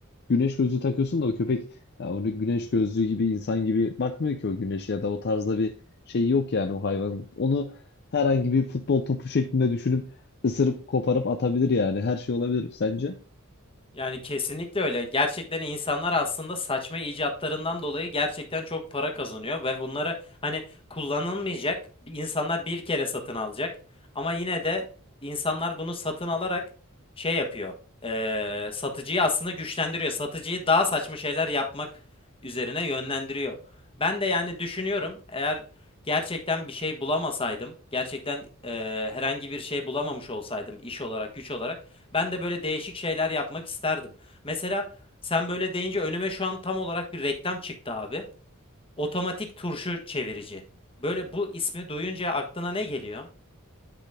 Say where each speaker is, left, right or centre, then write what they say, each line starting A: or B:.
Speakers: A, on the left (about 50°); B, on the left (about 25°).
A: güneş gözlüğü takıyorsun da o köpek ya onu güneş gözlüğü gibi insan gibi bakmıyor ki o güneşe ya da o tarzda bir şey yok yani o hayvan. Onu herhangi bir futbol topu şeklinde düşünüp ısırıp koparıp atabilir yani. Her şey olabilir sence?
B: Yani kesinlikle öyle. Gerçekten insanlar aslında saçma icatlarından dolayı gerçekten çok para kazanıyor ve bunları hani kullanılmayacak bir- insanlar bir kere satın alacak. Ama yine de insanlar bunu satın alarak şey yapıyor. Eee, satıcıyı aslında güçlendiriyor. Satıcıyı daha saçma şeyler yapmak üzerine yönlendiriyor. Ben de yani düşünüyorum eğer gerçekten bir şey bulamasaydım, gerçekten eee, herhangi bir şey bulamamış olsaydım iş olarak, güç olarak ben de böyle değişik şeyler yapmak isterdim. Mesela sen böyle deyince önüme şu an tam olarak bir reklam çıktı abi. Otomatik turşu çevirici. Böyle bu ismi duyunca aklına ne geliyor?